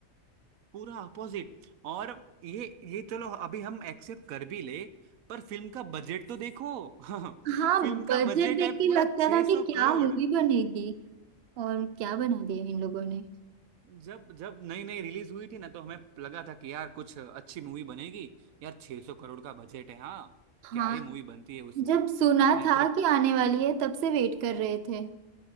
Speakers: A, on the right (about 85°); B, on the right (about 60°).
A: पूरा अपोजिट और ये ये चलो अभी हम एक्सेप्ट कर भी ले पर फिल्म का बजट तो देखो <laughs>
B: हाँ
A: फिल्म
B: बजट
A: का बजट
B: देख
A: है
B: के
A: पूरा
B: लगता
A: 600
B: था कि क्या
A: करोड़
B: मूवी बनेगी और क्या बना दिया इन लोगों ने
A: जब जब नई नई रिलीज हुई थी ना तो हमें लगा था कि यार कुछ अच्छी मूवी बनेगी यार 600 करोड़ का बजट है हाँ
B: हाँ
A: क्या ही मूवी बनती है उसमें
B: जब सुना
A: अपने
B: था कि आने वाली है तब से वेट कर रहे थे